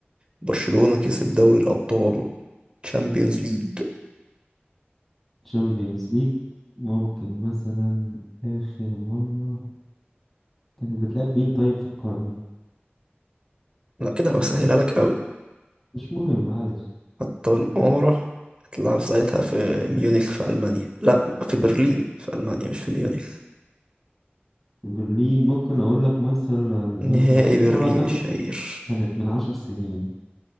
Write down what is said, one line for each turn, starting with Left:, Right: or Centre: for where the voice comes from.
Right: برشلونة كسب دوري الأبطال تشامبيونز ليج
Centre: تشامبيونز ليج ممكن مثلا آخر مرة كانت بتلعب مين طيب فكرني
Right: لا كده هبقى بسهلها لك أوي
Centre: مش مهم معلش
Right: حتى بالقارة هتلعب ساعتها في ميونخ في ألمانيا لا في برلين في ألمانيا مش في ميونخ
Centre: في برلين ممكن أقول لك مثلا
Right: نهائي
Centre: مثلا آخر
Right: برلين
Centre: مرة أعتقد
Right: الشهير
Centre: كانت من عشر سنين